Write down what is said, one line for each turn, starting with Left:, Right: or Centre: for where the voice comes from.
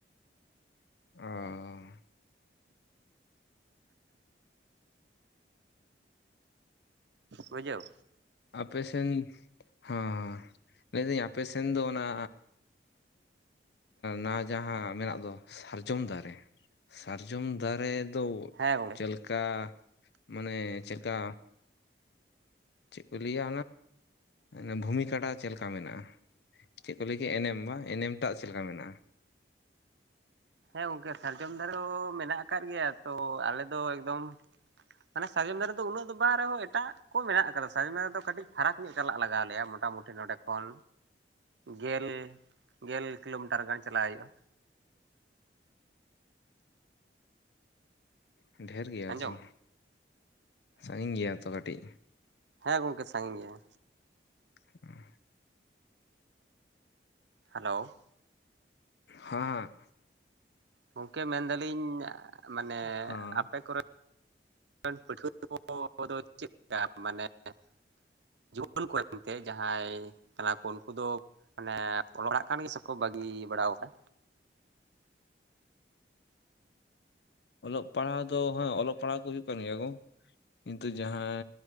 Left: ᱚᱻ <inaudible>
Right: ᱵᱩᱡᱷᱟᱹᱣ
Left: ᱟᱯᱮ ᱥᱮᱱ ᱦᱚᱸᱻ ᱞᱟᱹᱭᱫᱟᱹᱧ ᱟᱯᱮ ᱥᱮᱱ ᱫᱚ ᱚᱱᱟ ᱱᱟ ᱡᱟᱦᱟᱸ ᱢᱮᱱᱟᱜ ᱫᱚ ᱥᱟᱨᱡᱚᱢ ᱫᱟᱨᱮ ᱥᱟᱨᱡᱚᱢ ᱫᱟᱨᱮ ᱫᱚ
Right: ᱦᱮᱸ ᱜᱚᱝᱠᱮ
Left: ᱪᱮᱫ ᱞᱮᱠᱟ ᱢᱟᱱᱮ ᱪᱮᱫᱠᱟ ᱪᱮᱫ ᱠᱚ ᱞᱟᱹᱭᱟ ᱚᱱᱟ᱾ ᱵᱷᱩᱢᱤ ᱠᱟᱰᱟ ᱪᱮᱫ ᱞᱮᱠᱟ ᱢᱮᱱᱟᱜᱼᱟ?. ᱪᱮᱫ ᱠᱚ ᱞᱟᱹᱭ ᱮᱱᱮᱢ ᱢᱟ ᱮᱱᱮᱢ ᱴᱟᱜ ᱪᱮᱫ ᱞᱮᱠᱟ ᱢᱮᱱᱟᱜᱼᱟ᱾
Right: ᱦᱮᱸ ᱜᱚᱝᱠᱮ ᱥᱟᱨᱡᱚᱢ ᱫᱷᱟᱨᱚ ᱢᱮᱱᱟᱜ ᱟᱠᱟᱫ ᱜᱮᱭᱟ ᱛᱚ ᱟᱞᱮ ᱫᱚ ᱮᱠᱫᱚᱢ ᱢᱟᱱᱮ ᱥᱟᱟᱨᱡᱚᱢ ᱫᱟᱨᱮ ᱫᱚ ᱩᱱᱟᱹᱜ ᱫᱚ ᱵᱟᱝ ᱨᱮᱦᱚᱸ ᱮᱴᱟᱜ ᱠᱚ ᱢᱮᱱᱟᱜ ᱟᱠᱟᱫᱟ ᱥᱟᱨᱡᱚᱢ ᱫᱟᱨᱮ ᱫᱚ ᱠᱟᱹᱴᱤᱡ ᱯᱷᱟᱨᱟᱠ ᱧᱚᱜ ᱪᱟᱞᱟᱜ ᱞᱟᱜᱟᱣ ᱞᱮᱭᱟ ᱢᱚᱴᱟ ᱢᱩᱴᱤ ᱱᱚᱰᱮ ᱠᱷᱚᱱ ᱜᱮᱞ ᱜᱮᱞ ᱠᱤᱞᱳᱢᱤᱴᱟᱨ ᱜᱟᱱ ᱪᱟᱞᱟᱜ ᱦᱩᱭᱩᱜᱼᱟ᱾
Left: ᱚᱻ ᱰᱷᱮᱨ ᱜᱮᱭᱟ
Right: ᱟᱸᱡᱚᱢ
Left: ᱛᱚ ᱥᱟᱺᱜᱤᱧ ᱜᱮᱭᱟ ᱛᱚ ᱠᱟᱹᱴᱤᱡ
Right: ᱦᱚᱭ ᱜᱚᱢᱠᱮ ᱥᱟᱺᱜᱤᱧ ᱜᱮᱭᱟ᱾
Left: ᱦᱮᱸ
Right: ᱦᱮᱞᱳ
Left: ᱦᱮᱸᱮ
Right: ᱜᱚᱝᱠᱮ ᱢᱮᱱᱫᱟᱞᱤᱧ ᱢᱟᱱᱮ
Left: ᱦᱟᱸ
Right: ᱟᱯᱮ ᱠᱚᱨᱮ ᱯᱟᱹᱴᱷᱩᱣᱟᱹ ᱠᱚᱫᱚ ᱪᱮᱫᱠᱟ ᱢᱟᱱᱮ <unintelligible> ᱡᱩᱣᱟᱹᱱ ᱠᱚ ᱮᱱᱛᱮ ᱡᱟᱦᱟᱸᱭ ᱠᱟᱱᱟ ᱠᱚ ᱩᱱᱠᱩ ᱫᱚ ᱢᱟᱱᱮ ᱚᱞᱚᱜᱼᱟᱜ ᱠᱟᱱ ᱜᱮᱭᱟᱹ ᱥᱮᱠᱚ ᱵᱟᱹᱜᱤ ᱵᱟᱲᱟ ᱟᱠᱟᱫᱟ᱾
Left: ᱚᱞᱚᱜ ᱯᱟᱲᱦᱟᱜ ᱫᱚ ᱦᱮᱸ ᱚᱞᱚᱜ ᱯᱟᱲᱦᱟᱜ ᱠᱚ ᱦᱩᱭᱩᱜ ᱠᱟᱱ ᱜᱮᱭᱟ ᱠᱚ ᱠᱤᱱᱛᱩ ᱡᱟᱦᱟᱻ